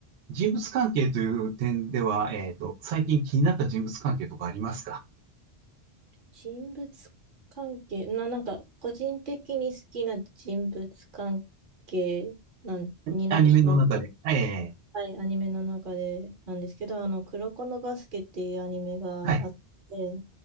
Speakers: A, on the right (about 85°); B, on the right (about 55°).
A: 人物関係という点では、えーっと、最近気になった人物関係とかありますか
B: 人物関係、な、なんか、個人的に好きな人物関係なん、になってしまう。
A: あアニメの中で。ええ
B: はい、アニメの中でなんですけど、あの、黒子のバスケっていうアニメがあって、
A: はい。